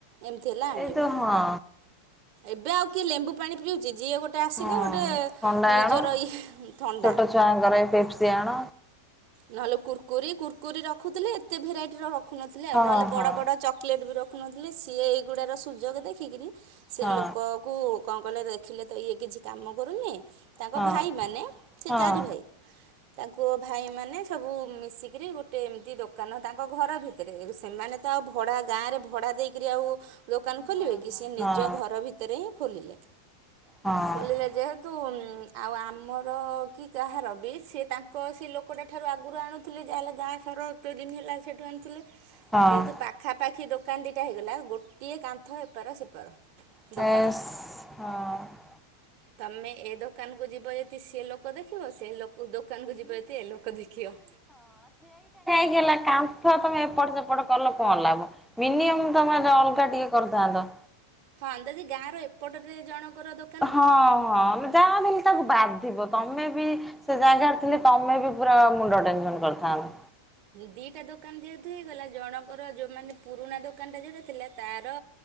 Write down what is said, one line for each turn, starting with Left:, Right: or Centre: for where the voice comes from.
Right: ଏମିତି ହେଲେ ଆଣିବୁ।
Centre: ଏଇ ତ ହଁ
Right: ଏବେ ଆଉ କିଏ ଲେମ୍ବୁ ପାଣି ପିଉଚି ଯିଏ ଗୋଟେ ଟେ ଆସିଲେ
Centre: ହଁ
Right: ଗୋଟେ
Centre: ଥଣ୍ଡା
Right: ନିଜର
Centre: ଆଣ
Right: ଇଏ ଥଣ୍ଡା।
Centre: ଛୋଟ ଛୁଆଙ୍କର ଏ ପେପ୍ସି ଆଣ
Right: ନହେଲେ କୁୁରକୁରୀ କୁରକୁରୀ ରଖୁଥିଲେ ଏତେ ଭେରାଇଟିର ରଖୁନଥିଲେ
Centre: ହଁ
Right: ଆଉ ନହେଲେ ବଡ
Centre: ହଁ
Right: ବଡ ଚକ୍ କ୍ଲେଟେ ବି ରଖୁନଥିଲେ ସିଏ ଏଇଗୁଡ଼ାର ସୁଯୋଗ ଦେଖିକିରି ସେ
Centre: ହଁ
Right: ଲୋକ କୁ କଣ କଲେ ଦେଖିଲେ ତ ଇଏ କିଛି କାମ କରୁନି ତାଙ୍କ
Centre: ହଁ
Right: ଭାଇମାନେ ସେ
Centre: ହଁ
Right: ଚାରି ଭାଇ। ତାଙ୍କୁ ଭାଇ ମାନେ ସବୁ ମିଶିକିରି ଗୋଟେ ଏମିତି ଦୋକାନ ତାଙ୍କ୍ ଙ୍କ ଘର ଭିତରେ ସେମାନେ ତ ଆଉ ଭଡା ଗାଁ ରେ ଭଡା ଦେଇକିରି ଆଉ ଦୋକାନ ଖୋଲିବେ
Centre: ନା
Right: କି
Centre: ନା
Right: ସି ନିଜ ଘର ଭିତରେ ହିଁ ଖୋଲିଲେ
Centre: ହଁ ହଁ
Right: ଖୋଲିଲେ ଯେ ତୁ ଆଉ ଆମର କି କାହାର ବି ସେ ତାଙ୍କ ସେ ଲୋକଟା ଠାରୁ ଆଗରୁ ଆଣୁ ଥିଲେ ଯାହା ହେଲେ ଗାଁ ଠାରୁ ଏତେଦିନି ହେଲା ସେଠୁ ଆଣିଥିଲେ
Centre: ହଁ
Right: ଯେତ ପାଖାପାଖି ଦୋକାନ ଦିଟା ହେଇଗଲା ଗୋଟିଏ କାନ୍ଥ ଏପାର ସେପାର।
Centre: ଆସ୍
Right: ଦୋକାନ
Centre: ହଁ।
Right: ତମେ ଏ ଦୋକାନକୁୁ ଯିବ ଯଦି ସିଏ ଲୋକ ଦେଖିବ ସେ ଲୋକ କୋ ଦୋକାନ କୁ ଯିବ ଯଦି ଏ ଲୋକ ଦେଖିବ।
Centre: କି ହେଲା କାମ ଥଅ ତମେ ଏପଟ ସେପଟ କଲ କଣ ଲାଭ ମିନିଅମ ତମେ ଅଲଗା ଟିକେ କରିଥାନ୍ତ।
Right: ହଁ ଯଦି ଗାଁ ର ଏପଟରେ ଜଣଙ୍କର ଦୋ
Centre: ହଁ ହଁ ଯାହା ଭି ହେଲେ ତାକୁ ବାଧିବ ତମେ ବି ସେ ଜାଗାରେ ଥିଲେ ତମେ ବି ପୁରା ମୁଣ୍ଡ ଟେନସନ୍ କରିଥାନ୍ତ।
Right: ଦିଇଟା ଦୋକାନ ଯେହେତୁ ହେଇଗଲା ଜଣଙ୍କର ଯେଉଁମାନେ ପୁରୁଣା ଦୋକାନଟା ଯେଉଁଟା ଥିଲା ତାର